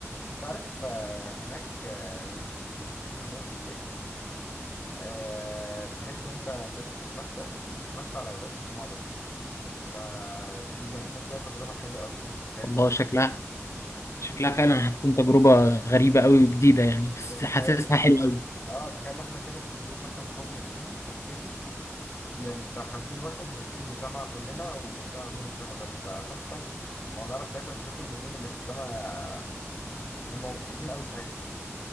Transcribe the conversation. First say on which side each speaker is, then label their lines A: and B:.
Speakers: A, on the left; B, on the left.
A: انت عارف آه، هناك آه، يعني بيبقوا طافيين النور بالليل آه، بحيث ان انت الناس بتتمشى بتتمشى على أضاءة الشموع بس فدي انا شايف ليها تجربة حلوة قوي يعني تخيل
B: والله
A: كده
B: شكلها شكلها
A: تخ...
B: فعلا هتكون تجربة غريبة قوي وجديدة يعني بس
A: يعني تخيل
B: حاسسها حلوة قوي
A: اه تخيل احنا كده كجروب مثلا فوق ماشيين فوق سياحي يعني بتاع خمسين واحد ماشيين بشمعة كلنا وماشيين على نور الشمع بس فتحفة وهنعرف ساعتها نشوف النجوم اللي في السماء هم مبسوطين قوي ساعتها